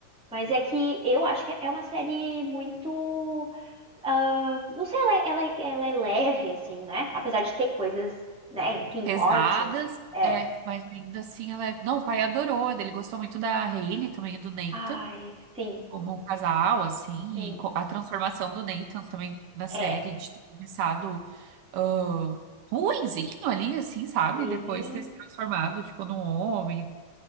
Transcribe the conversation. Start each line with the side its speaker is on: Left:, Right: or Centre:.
Centre: Mas é que eu acho que é uma série muito. ah, não sei, ela, é- ela, é- ela é leve, assim, né? Apesar de ter coisas, né? Enfim,
Right: Pesadas,
Centre: mortes. É.
Right: é, mas ainda assim ela é... Não, o pai adorou, né? ele gostou muito da Hayley também, do Nathan,
Centre: Ai, sim,
Right: como o casal, assim,
Centre: sim.
Right: e co- a transformação do Nathan também na série,
Centre: É,
Right: de ter começado ah, ruinzinho ali, assim, sabe?
Centre: Sim,
Right: Depois ter se transformado, tipo, num homem